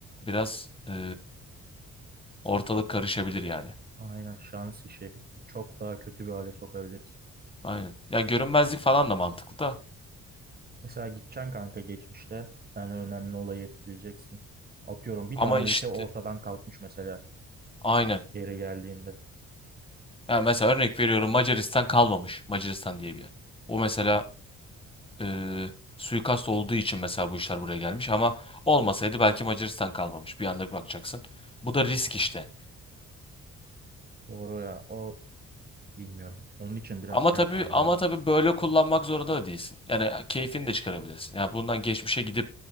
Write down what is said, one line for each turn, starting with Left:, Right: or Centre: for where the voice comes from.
Left: biraz eee, ortalık karışabilir yani.
Right: Aynen şans işi. Çok daha kötü bir hale sokabiliriz.
Left: Aynen. Ya görünmezlik falan da mantıklı da
Right: Mesela gideceksin kanka geçmişte bir tane önemli olayı etkileyeceksin. Atıyorum bir
Left: ama
Right: tane
Left: işte
Right: ülke ortadan kalkmış mesela
Left: aynen.
Right: geri geldiğinde.
Left: Yani mesela örnek veriyorum Macaristan kalmamış. Macaristan diye bir yer. O mesela e, suikast olduğu için mesela bu işler buraya gelmiş ama olmasaydı
Right: Hı
Left: belki
Right: hı.
Left: Macaristan kalmamış. Bir anda bir bakacaksın. Bu da risk işte.
Right: Doğru ya o bilmiyorum. Onun için biraz
Left: Ama
Right: şey
Left: tabii
Right: yapman
Left: ama
Right: lazım.
Left: tabii böyle kullanmak zorunda da değilsin. Yani keyfini de çıkarabilirsin. Yani bundan geçmişe gidip